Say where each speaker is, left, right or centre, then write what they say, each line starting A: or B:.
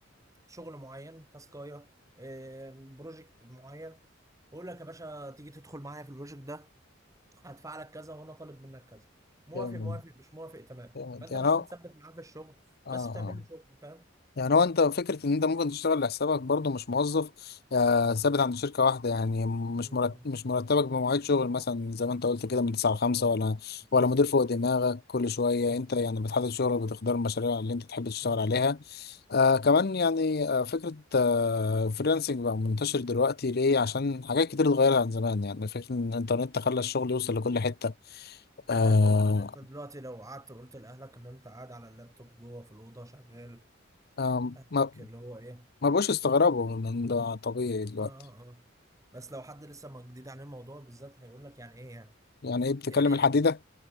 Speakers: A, on the right; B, on the left.
A: شغل معين تاسكايه آم، بروجكت معين يقول لك يا باشا تيجي تدخل معايا في البروجكت ده هدفع لك كذا وانا طالب منك كذا موافق
B: جامد
A: موافق مش موافق تمام
B: جامد
A: فانت
B: يعني
A: مش
B: هو
A: متثبت معاه في الشغل
B: اه
A: بس بتعمل
B: اه
A: له شغل فاهم
B: يعني هو انت فكرة ان انت ممكن تشتغل لحسابك برضو مش موظف آه ثابت عند شركة واحدة يعني مش
A: مم.
B: مرت... مش مرتبك بمواعيد شغل مثلا زي ما انت قلت كده من
A: بالظبط
B: 9 ل 5 ولا
A: بالظبط
B: ولا مدير فوق دماغك كل شوية
A: مم.
B: انت يعني بتحدد شغلك بتختار المشاريع اللي انت تحب تشتغل
A: مم.
B: عليها آه كمان يعني آه فكرة آه فريلانسنج بقى منتشر دلوقتي ليه عشان حاجات كتير اتغيرت عن زمان يعني فكرة ان الانترنت خلى الشغل يوصل لكل حتة آه
A: اه طبعا انت دلوقتي لو قعدت وقلت لاهلك ان انت قاعد على اللابتوب جوه في الاوضه شغال
B: آه
A: اهلك
B: ما
A: اللي هو ايه
B: ما بقوش استغربوا من ده طبيعي دلوقتي
A: اه اه اه بس لو حد لسه ما جديد عن الموضوع بالذات هيقول لك يعني ايه يعني
B: يعني ايه بتكلم
A: يعني ايه
B: الحديدة؟